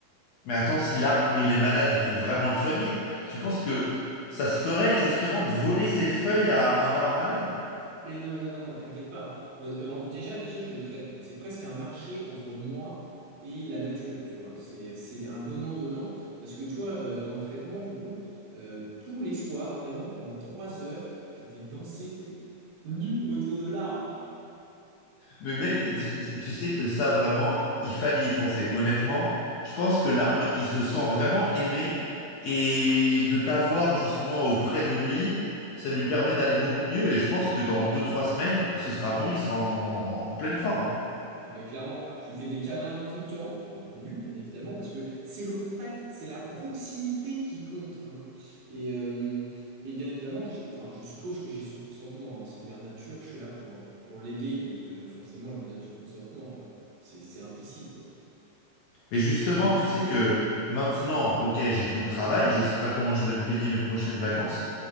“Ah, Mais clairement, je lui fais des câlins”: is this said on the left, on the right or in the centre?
Right